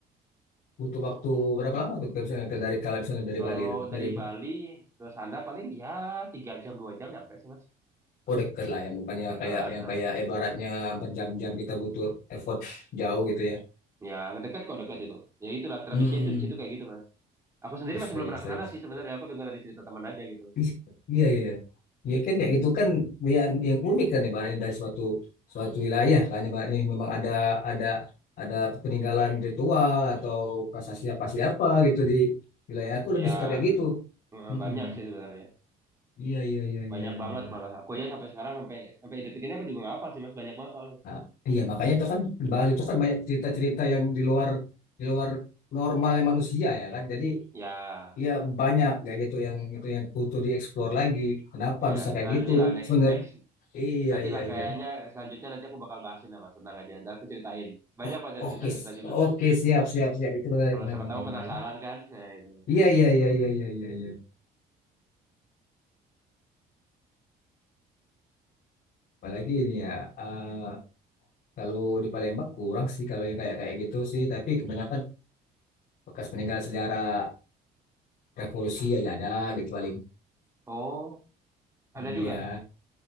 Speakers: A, on the left (about 60°); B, on the right (about 15°).
A: butuh waktu berapa lama tuh kalau misalnya dari kalau misalnya dari
B: Kalau
A: Bali itu
B: dari
A: dari
B: Bali ke sana paling ya tiga jam dua jam nyampe sih mas.
A: oh deket lah ya bukannya
B: Deket.
A: kayak yang kayak ibaratnya berjam-jam kita butuh effort jauh gitu ya
B: Ya, dekat kok dekat itu. Ya itulah tradisinya
A: hmm.
B: itu di situ kayak gitu, Mas. Aku sendiri
A: Wih,
B: masih
A: serius,
B: belum pernah
A: serius.
B: ke sana sih sebenarnya. Aku dengar dari cerita teman aja gitu.
A: Ih, Iya, iya, iya. Ya kan kayak gitu kan yang yang unik kan ibaratnya dari suatu suatu wilayah kan ibaratnya memang ada ada ada peninggalan ritual atau prasasti apa siapa gitu di wilayah aku
B: Ya,
A: lebih suka kayak gitu.
B: eh,
A: Mm-mm.
B: banyak sih sebenarnya.
A: Iya, iya, iya, iya,
B: Banyak
A: iya,
B: banget
A: iya.
B: malah. Aku aja sampai sekarang sampai sampai detik ini aku juga nggak hafal sih, Mas. Banyak banget soalnya.
A: Nah, iya, makanya itu kan di Bali itu kan banyak cerita-cerita yang di luar di luar normalnya manusia ya kan. Jadi
B: Ya,
A: ya banyak kayak gitu yang itu yang butuh dieksplor lagi. Kenapa
B: ya
A: bisa kayak
B: nantilah
A: gitu?
B: next
A: Sebenarnya
B: next
A: iya,
B: nantilah
A: iya,
B: kayaknya
A: iya.
B: selanjutnya nanti aku bakal bahasin lah, Mas tentang aja. Ntar aku ceritain. Banyak
A: Oh,
B: kok ada cerita-cerita
A: oke,
B: juga.
A: oke, siap, siap, siap. Itu benar,
B: Kalau
A: benar,
B: siapa
A: benar,
B: tahu penasaran
A: benar.
B: kan. Nah, itu.
A: Iya, iya, iya, iya, iya, iya, iya. Apalagi ini ya, eh, kalau di Palembang kurang sih kalau yang kayak kayak gitu sih. Tapi kebanyakan bekas peninggalan sejarah revolusi aja ada gitu paling.
B: Oh, ada
A: Iya,
B: juga.